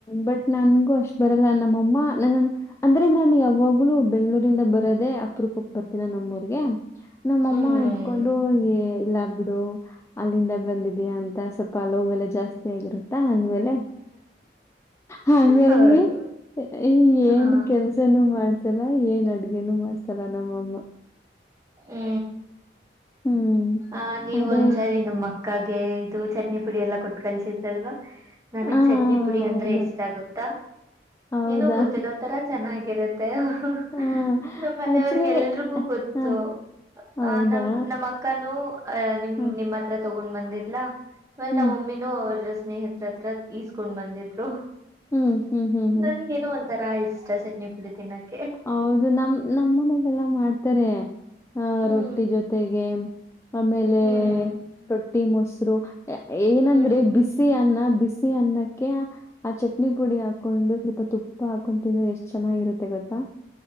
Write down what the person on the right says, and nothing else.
ಹ್ಮ್
ಹೌದು
ಹಾ
ಹು
ಆ ನೀವ
ಒಂದ್ಸರಿ ನಮ್ಮ ಅ <inaudible> <unintelligible> ಕ್ಕಾಗೆ ಇದು ಚಟ್ನಿ ಪುಡಿ ಎಲ್ಲ ಕೊಟ್ಟು ಕಲ್ಸಿದ್ರಲ್ವಾ? <unintelligible> ನನಗ್
ಚಟ್ನಿ ಪುಡಿ
ಅಂದ್ರೆ ಇಷ್ಟ ಆಗುತ್ತಾ? <unintelligible>
ಏನೂ ಗೊತ್ತಿಲ್ಲ ಒಂತರಾ ಚೆನ್ನಾಗಿರತ್ತೆ ನಮ್ಮ
ನಮ್ಮನೆಯವರೆಲ್ಲರಿಗೂ
ಗೊ <unintelligible> ತ್ತು
ಆ ನಮ್ <unintelligible> ನಮ್ಮ ಅಕ್ಕನು ಅ ನಿಮ್
ನಿಮ್ಮ ಹತ್ರ ತಗೊಂಡ್ ಬಂದಿದ್ಲಾ ಹೋಳ್ಳಿ
ನಮ್ಮ ಮಮ್ಮಿ ನೂ ಅವ್ರ <unintelligible> ಸ್ನೇಹತ್ರರ ಹತ್ರ ಈಸ್ಕೊಂಡ್ ಬಂದಿದ್ರು
ನನಗ ಏನೋ ಒ <unintelligible> ಒಂತರ ಇಷ್ಟ ಚಟ್ನಿ ಪುಡಿ ತಿನ್ನಕ್ಕ <unintelligible>
ಹ್ಮ್
ಹ್ಮ್
ಹ್ಮ್